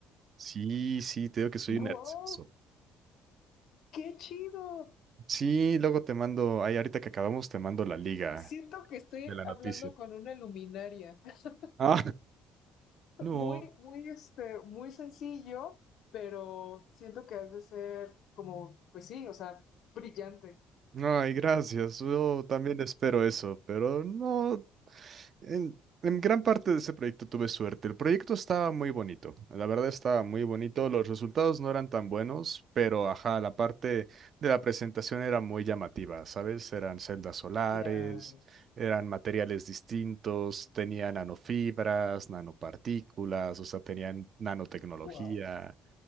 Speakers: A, on the right (about 50°); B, on the left (about 65°).
A: sí, sí, te digo que soy
B: Wow.
A: un nerdazo.
B: ¡Qué chido!
A: Sí, luego te mando, ay, ahorita que acabamos te mando la liga
B: Siento que estoy
A: de la noticia.
B: hablando con una luminaria. <laughs>
A: Ah, <laughs> no.
B: Muy, muy, este, muy sencillo, pero siento que has de ser como, pues sí, o sea, brillante.
A: Ay, gracias. Yo también espero eso, pero no. En, en gran parte de ese proyecto tuve suerte. El proyecto estaba muy bonito, la verdad estaba muy bonito. Los resultados no eran tan buenos, pero ajá, la parte de la presentación era muy llamativa, ¿sabes? Eran celdas solares,
B: Ya,
A: eran materiales distintos, tenían nanofibras, nanopartículas, o sea, tenían nanotecnología.
B: wow.